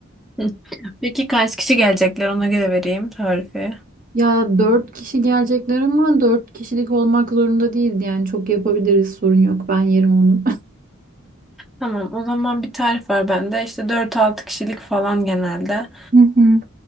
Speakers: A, in the centre; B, on the right (about 45°).
A: Hı. peki kaç kişi gelecekler ona göre vereyim tarifi.
B: Ya dört kişi gelecekler ama dört kişilik olmak zorunda değildi. Yani çok yapabiliriz sorun yok. Ben yerim onu.
A: Tamam o zaman bir tarif var bende. İşte dört altı kişilik falan genelde.
B: <laughs> Hı hı.